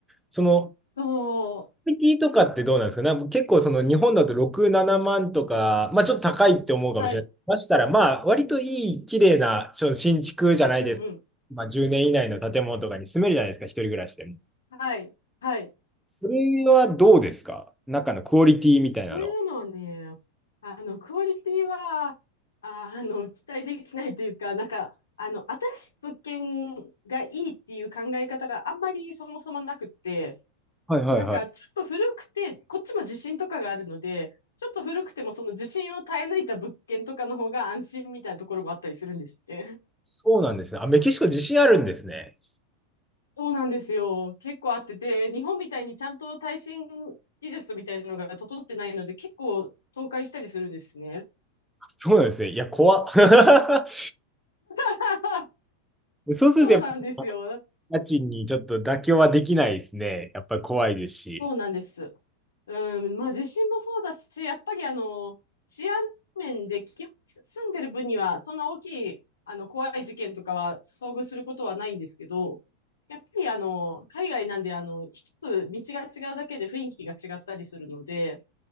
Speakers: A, in the centre; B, on the left.
A: その、
B: そ
A: クオリティとかってどうなんですかなんか結構その日本だと6、7万とか、まあちょっと高いって思うかもしれない。
B: う。はい。
A: ましたら、まあ割といい、綺麗なちょ新築じゃないです。
B: うんうん。
A: まあ10年以内の建物とかに住めるじゃないですか、一人暮らしでも。
B: はい。はい。
A: それはどうですか中のクオリティみたいなの。
B: そういうのはね、あの、クオリティは、ああの、期待できないというか、なんか、あの、新しい物件がいいっていう考え方があんまりそもそもなくって、
A: はいはいはい。
B: なんか、ちょっと古くて、こっちも地震とかがあるので、ちょっと古くてもその地震を耐え抜いた物件とかの方が安心みたいなところもあったりするんですね。
A: そうなんですね。あ、メキシコ自信あるんですね。
B: そうなんですよ。結構あってて、日本みたいにちゃんと耐震技術みたいなのが整ってないので、結構倒壊したりするんですね。
A: そうなんですね。いや、怖っ。<laughs>
B: <laughs>
A: そうするとやっぱ
B: そうなんですよ。
A: 家賃にちょっと妥協はできないですね。やっぱり怖いですし。
B: そうなんです。うん、まあ地震もそうだし、やっぱりあの、治安面で基本住んでる分には、そんな大きい、あの、怖い事件とかは遭遇することはないんですけど、やっぱりあの、海外なんで、あの、一つ道が違うだけで雰囲気が違ったりするので、